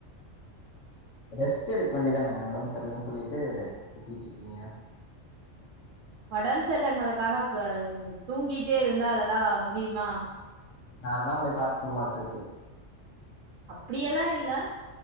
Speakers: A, on the left; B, on the right.
A: ரெஸ்ட் எடுக்க வேண்டிதான ஒடம் தெரலன்னு சொல்லிட்டு சுத்திட்டு இருக்கீங்க
B: ஒடம்பு சரியில்லங்கறதுக்காக ‌அ தூங்கிட்டே இருந்தா அதெல்லா முடியுமா
A: நா தா உங்களய பாத்துக்கணு மாட்ருக்கு
B: அப்டியெல்லா இல்ல